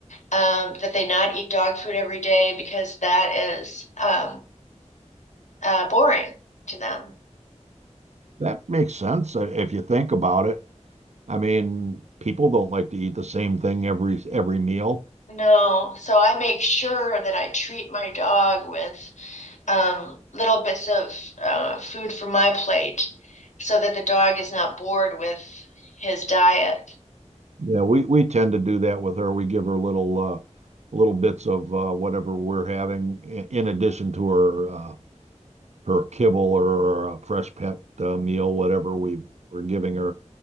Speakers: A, on the left; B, on the right.
A: um, that they not eat dog food every day because that is um, uh, boring to them.
B: That makes sense uh, if you think about it. I mean, people don't like to eat the same thing every every meal.
A: No, so I make sure that I treat my dog with um, little bits of uh, food from my plate so that the dog is not bored with his diet.
B: Yeah, we we tend to do that with her. We give her little uh, little bits of uh, whatever we're having i- in addition to her uh, her kibble or a fresh pet uh, meal, whatever we we're giving her.